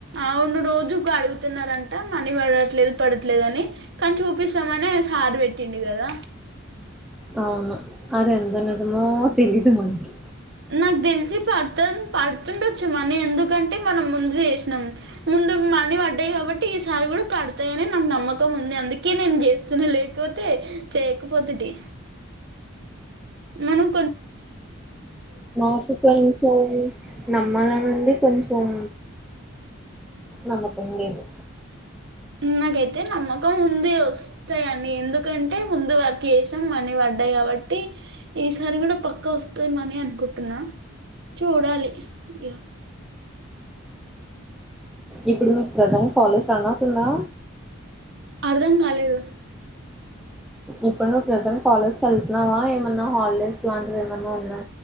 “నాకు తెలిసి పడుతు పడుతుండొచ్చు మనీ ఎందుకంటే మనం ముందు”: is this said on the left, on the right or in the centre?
Right